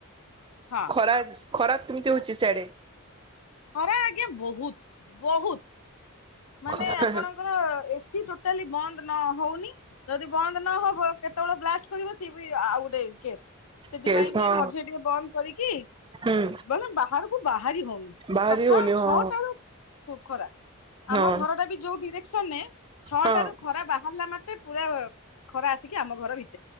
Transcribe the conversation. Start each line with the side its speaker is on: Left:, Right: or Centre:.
Left: ହଁ
Right: ଖରା ଖରାପ କେମିତି ହଉଛି ସିଆଡେ?
Left: ଖରା ଆଜ୍ଞା ବହୁତ ବହୁତ ମାନେ
Right: ହଁ
Left: ଆପଣଙ୍କର ଏସି ତୋଟା ଟାଲି ବନ୍ଦ ନ ହଉନି। ଯଦି ବନ୍ଦ ନହବ କେତେବେଳେ ବ୍ଲାଷ୍ଟ କରିବ ସିଏ ବି ଆଉ ଗୋଟେ କେସ୍। ସେଥିପାଇଁ
Right: କେସ୍ ହଁ
Left: କି ମଝି ରେ ଟିକେ ବନ୍ଦ କରିକି
Right: ହୁଁ
Left: ମାନେ ବାହାରକୁ ବାହାରି ହଉନି।
Right: ବାହାରି
Left: ସକାଳ
Right: ହଉନି ହଁ
Left: ଛଅଟା ରୁ ଖରା।
Right: ହଁ
Left: ଆମ ଘରଟା ବି ଯୋଉ ଡିରେକ୍ସନରେ ଛଅଟ
Right: ହଁ
Left: ରୁ ଖରା ବାହାରିଲା ମାତ୍ରେ ପୁରା ଖରା ଆସିକି ଆମ ଘର ଭିତ